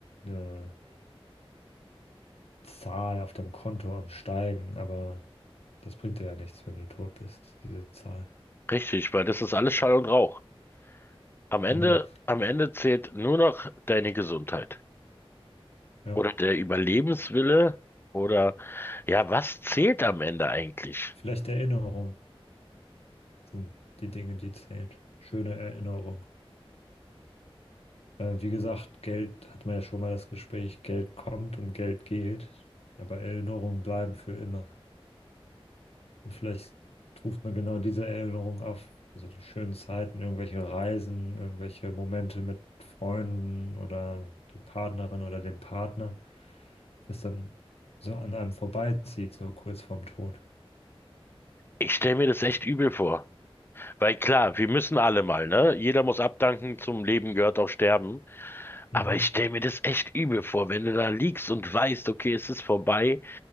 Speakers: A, on the left; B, on the left.
A: eine Zahl auf deinem Konto am Steigen, aber das bringt dir ja nichts, wenn du tot bist, diese Zahl.
B: Richtig, weil das ist alles Schall und Rauch. Am Ende,
A: Genau,
B: am Ende zählt nur noch deine Gesundheit
A: ja.
B: oder der Überlebenswille oder ja, was zählt am Ende eigentlich?
A: Vielleicht Erinnerung sind die Dinge, die zählen. Schöne Erinnerung. Äh, wie gesagt, Geld hat man ja schon mal das Gespräch, Geld kommt und Geld geht, aber Erinnerungen bleiben für immer. Und vielleicht ruft man genau diese Erinnerung auf, also die schönen Zeiten, irgendwelche Reisen, irgendwelche Momente mit Freunden oder der Partnerin oder dem Partner, was dann so an einem vorbeizieht, so kurz vorm Tod.
B: Ich stelle mir das
A: Das,
B: echt übel vor, weil klar, wir müssen alle mal, ne? Jeder muss abdanken, zum Leben gehört auch Sterben,
A: mhm.
B: aber ich stelle mir das echt übel vor, wenn du da liegst und weißt, okay, es ist vorbei,